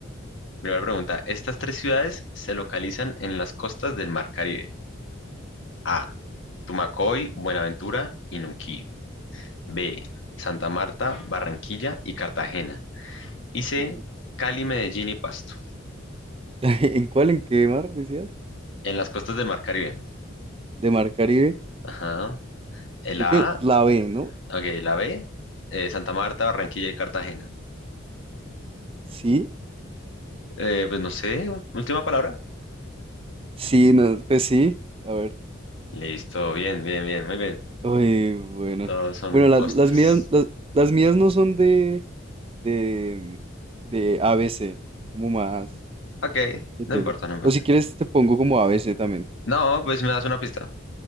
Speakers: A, on the left; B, on the right.
A: primera pregunta, estas tres ciudades se localizan en las costas del Mar Caribe. A, Tumacoy, Buenaventura y Nuquí. B, Santa Marta, Barranquilla y Cartagena. Hice
B: voy.
A: Cali, Medellín y Pasto,
B: <laughs> ¿En cuál? ¿En qué mar decías?
A: en las costas del Mar Caribe.
B: De Mar Caribe.
A: Ajá. El
B: Creo
A: A,
B: que la B, ¿no?
A: ok, la B, eh, Santa Marta, Barranquilla y Cartagena.
B: Sí,
A: Eh, pues no sé, u- última palabra.
B: sí, no, pues sí. A ver.
A: Listo, bien, bien, bien, muy bien.
B: Uy, bueno.
A: Todos son
B: Bueno, las,
A: costas.
B: las mías, las, las mías no son de, de, de A B C como más.
A: Ok,
B: le
A: no
B: pegues.
A: importa, no importa.
B: O si quieres, te pongo como A B C también.
A: No, pues me das una pista.